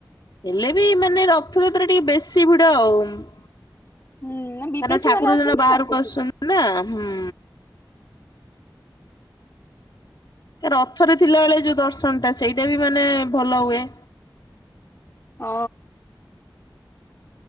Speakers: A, on the left; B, on the left.
A: ହେଲେ ବି ମାନେ ରଥଯାତ୍ରା ଟିକେ ବେଶୀ ଭିଡ ଆଉ। କାଇଁନା
B: ହୁଁ ବିଦେଶୀ
A: ଠାକୁର
B: ମାନେ ଆସନ୍ତି
A: ସେଦିନ ବାହାରକୁ
B: ନା ସେଥିପାଇଁ
A: ଆସୁଛନ୍ତି ନା ହୁଁ। ରଥରେ ଥିଲାବେଳେ ଯୋଉ ଦର୍ଶନ ଟା ସେଇଟା ବି ମାନେ ଭଲ ହୁଏ।
B: ହଁ।